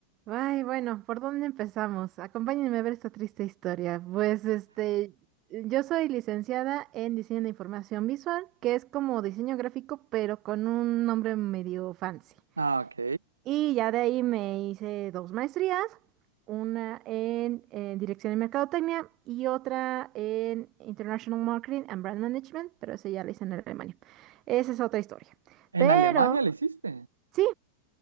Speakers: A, on the right; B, on the right.
A: Ay, bueno, ¿por dónde empezamos? Acompáñenme a ver esta triste historia. Pues este, yo soy licenciada en diseño de información visual, que es como diseño gráfico, pero con un nombre medio fancy.
B: Ah, ok.
A: Y ya de ahí me hice dos maestrías, una en, en Dirección de Mercadotecnia y otra en International Marketing and Brand Management, pero esa ya la hice en Alemania. Esa es otra historia.
B: ¿En
A: Pero
B: Alemania le hiciste?
A: sí,